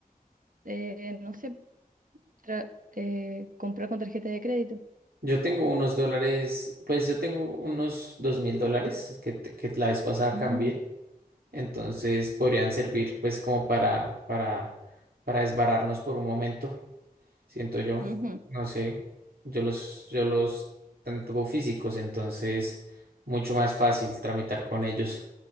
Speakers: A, on the right; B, on the right.
A: eh, no sé, tra- eh, comprar con tarjeta de crédito.
B: Yo tengo unos dólares, pues yo tengo unos dos mil dólares que, te- que la vez pasada
A: Mm,
B: cambié, entonces podrían servir pues como para, para, para desbararnos por un momento. siento yo.
A: ujú,
B: No sé, yo los, yo los tanto físicos, entonces mucho más fácil tramitar con ellos.